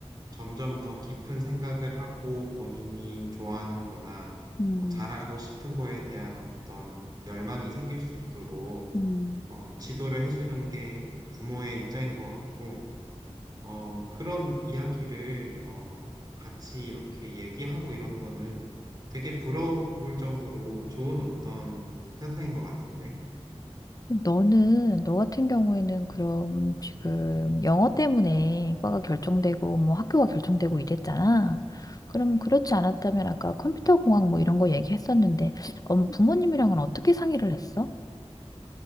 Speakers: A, on the right; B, on the left.
A: 점점 더 깊은 생각을 하고 본인이 좋아하는 거나
B: 음,
A: 어, 잘하고 싶은 거에 대한 어떤 열망이 생길 수 있도록
B: 음.
A: 어, 지도를 해주는 게 부모의 입장인 것 같고, 어, 그런 이야기를 어, 같이 이렇게 얘기하고 이런 거는 되게 부러울 정도로 좋은 어떤 현상인 것 같은데.
B: 그럼 너는, 너 같은 경우에는 그럼 지금 영어 때문에 과가 결정되고 뭐 학교가 결정되고 이랬잖아. 그럼 그렇지 않았다면 아까 컴퓨터 공학 뭐 이런 거 얘기했었는데, 음, 부모님이랑은 어떻게 상의를 했어?